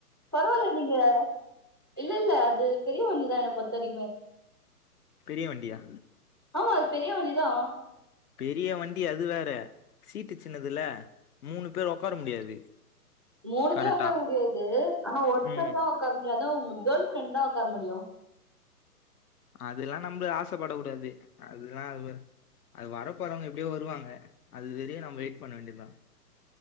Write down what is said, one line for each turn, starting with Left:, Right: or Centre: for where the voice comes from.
Right: பரவாயில்ல நீங்க இல்ல இல்ல அது பெரிய வண்டிதானே பத்தடிக்கு மேல
Left: பெரிய வண்டியா
Right: ஆமா அது பெரியவண்டிதா
Left: பெரிய வண்டி அது வேற சீட்டு சின்னதுல மூனு பேரு ஒக்கார முடியாது
Right: மூனு
Left: கரெக்டா
Right: பேரு உக்கார முடியாது ஆனா ஒருத்தர்
Left: ம்
Right: தா உக்கார முடியு அதா உங்க கேள் ஃப்ரெண்ட் தா உக்கார முடியு
Left: அதெல்லா நம்ள ஆசப்படக் கூடாது அதல்லா அது வரப்போறவங்க எப்டியோ வருவாங்க அது வரியு நம்ம வெயிட் பண்ண வேண்டியதுதா